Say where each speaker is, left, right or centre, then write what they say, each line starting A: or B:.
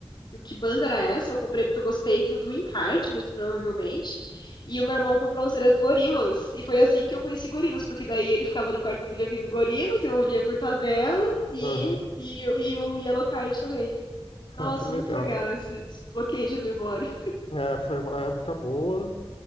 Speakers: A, on the left; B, on the left.
A: que banda era essa? Eu comprei porque eu gostei do, do encarte, muito provavelmente. E o meu irmão comprou um CD do Gorilas. E foi assim que eu conheci Gorilas, porque daí ele ficava no quarto dele ouvindo Gorilas, eu ouvia por tabela e,
B: Aham. <laughs>
A: e, eu- e o Yellowcard também. Nossa,
B: Ah, Que legal.
A: muito legal esse bloqueio de memória. <laughs>
B: É, foi uma época boa.